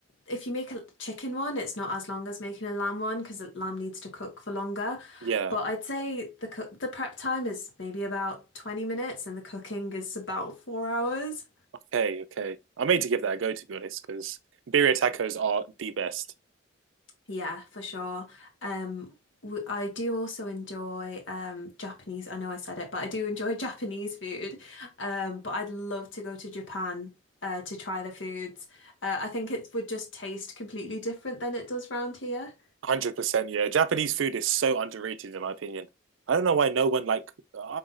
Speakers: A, on the left; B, on the right.
A: If you make a chicken one, it's not as long as making a lamb one because the lamb needs to cook for longer.
B: Yeah.
A: But I'd say the cook, the prep time is maybe about 20 minutes, and the cooking is about four hours.
B: Okay. Okay. I may made to give that a go to be honest, because birria tacos are the best.
A: Yeah, for sure. Um, w- I do also enjoy um, Japanese. I know I said it, but I do enjoy <laughs> Japanese food. Um, but I'd love to go to Japan uh, to try the foods. Uh, I think it would just taste completely different than it does round here.
B: one Hundred percent, yeah. Japanese food is so underrated in my opinion. I don't know why no one like I